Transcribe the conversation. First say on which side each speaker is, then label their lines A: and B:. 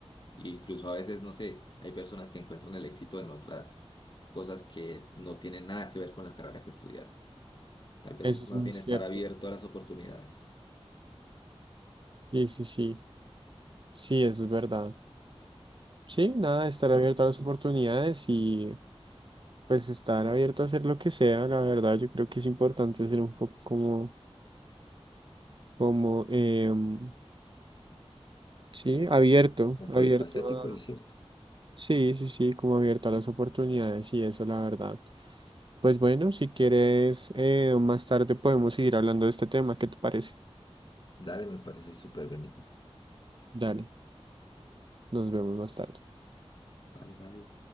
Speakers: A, on the left (about 45°); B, on the right (about 50°).
A: e incluso a veces, no sé, hay personas que encuentran el éxito en otras cosas que no tienen nada que ver con la carrera que estudiaron. Tal vez
B: eso
A: es
B: es
A: más
B: muy
A: bien
B: cierto.
A: estar abierto a las oportunidades.
B: Sí, sí, sí, sí, sí, eso es verdad. Sí, nada, estar abierto a las oportunidades y pues estar abierto a hacer lo que sea, la verdad, yo creo que es importante ser un poco como, como, em, sí, abierto,
A: Un polifacético
B: abierto a,
A: y cierto.
B: sí, sí, sí, como abierto a las oportunidades y eso, la verdad. Pues bueno, si quieres, eh, más tarde podemos seguir hablando de este tema, ¿qué te parece?
A: Dale, me parece súper bien, Nico.
B: Dale, nos vemos más tarde.
A: Vale, vale.